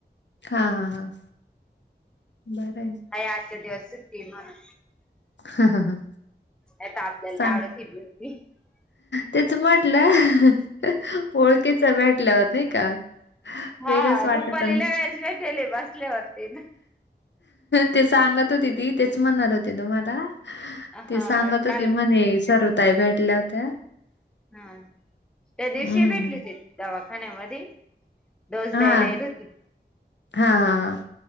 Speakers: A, on the left; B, in the centre.
A: हा हा हा बरं आहे
B: अय आजचा दिवस सुट्टी म्हणून <inaudible>
A: हा हा हा
B: नाहीता आपल्याला
A: सांग
B: नाही आवडत <unintelligible>
A: तेच म्हटलं <unintelligible> ओळखीचा भेटल्यावर नाही का
B: हा
A: वेगळंच वाटतं
B: रुपालीला
A: ना.
B: वेज भेटेले बसल्यावरती
A: ते सांगत होते ती तेच म्हणणार होते तुम्हाला
B: हा
A: ते सांगत
B: काल
A: होते म्हणे सरुताई भेटल्या होत्या
B: हा त्या दिवशी
A: हं.
B: भेटली तीत दवाखान्या मधी दोस
A: हां.
B: दय लयल ती
A: हां, हां,